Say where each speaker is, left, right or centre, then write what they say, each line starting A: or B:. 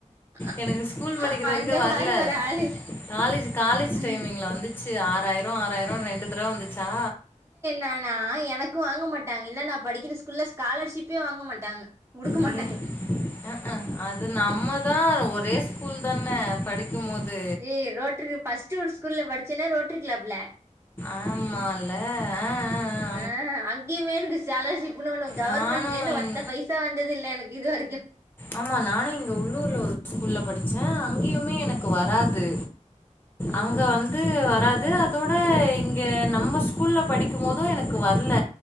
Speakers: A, on the right; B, on the left.
A: அ-
B: எனக்கு ஸ்கூல் படிக்கிற
A: அ- அந்த
B: வரைக்கு வரல
A: மாரி ஒரு ஆளு
B: காலேஜ் காலேஜ்
A: ம்
B: டைமிங்ல வந்து ஃபர்ஸ்ட் ஆறாயிரோ ஆறாயிரோ ரெண்டு தடவ வந்துச்சா
A: நானா எனக்கு வாங்க மாட்டாங்க இல்ல நா படிக்கிற ஸ்கூல்ல ஸ்காலர்ஷிப்பே வாங்க மாட்டாங்க குடுக்க மாட்டாங்க
B: ஐய அ அ அது நம்மதா ஒரே ஸ்கூல் தானே படி க்கும்போது
A: ஏ ரோட்ரு ஃபர்ஸ்டு ஒரு ஸ்கூல்ல படிச்சேல்ல ரோட்ரி கிளப்ல
B: ஆமா ல அ அ அ
A: அ அங்கேயுமே எனக்கு ஸ்காலர்ஷிப்னு ஒன்னு கவர்மெண்ட்லேந்து
B: நானும் எங்
A: ஒத்த பைசா வந்ததில்ல எனக்கு இது வரைக்கு
B: ஆமா நானு இங்க உள்ளூர்ல ஒரு ஸ்கூல்ல படிச்ச அங்கியுமே எனக்கு வராது
A: ம்
B: அங்க வந் து வராது அதோட இங்க நம்ம ஸ்கூல்ல படிக்கும் போதும் எனக்கு வரல